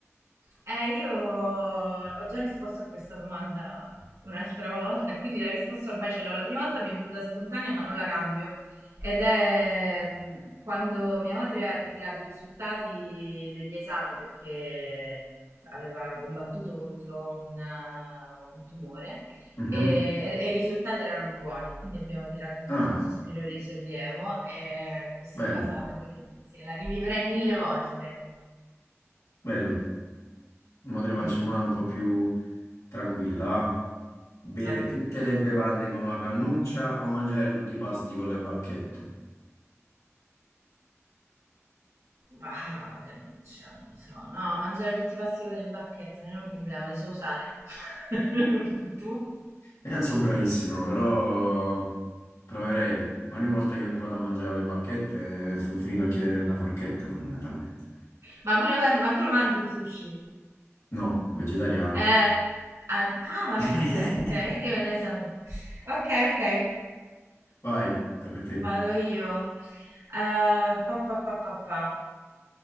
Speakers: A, on the right; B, on the left.
A: Eh, io ho già risposto a questa domanda un'altra volta, e quindi la risposta ormai ce l'ho. La prima volta mi è venuta spontanea, ma non la cambio. Ed è mm, quando mia madre ha ritirato i risultati degli esami perché aveva combattuto contro un, eh, un tumore
B: Mhm.
A: e, e- e i risultati erano buoni, quindi abbiamo tirato tutti
B: Ah,
A: un sospiro di sollievo e questa
B: bello,
A: cosa, devo dire, se la rivivrei mille volte.
B: bello. Ora te ne faccio
A: Mm,
B: una un po' più tranquilla. ah. Bere
A: vai.
B: tutte le bevande con una cannuccia o mangiare tutti i pasti con le bacchette?
A: Ah, che nuccia, non lo so. No, mangiare tutti i pasti con le bacchette non è un problema, le so usare. <laughs> tu?
B: Io non sono bravissimo, però proverei. Ogni volta che ho provato a mangiare le bacchette, eh, sono finito a chiedere la forchetta, fondamentalmente.
A: Ma pure quando- ma tu lo mangi il sushi?
B: No, vegetariano.
A: Eh, ah, ah, ma
B: <laughs>
A: sul serio, ok, eh, che io ne so. Ok, ok,
B: Vai, tocca a te.
A: vado io. Eh, pa, pa, pa, pa, pa.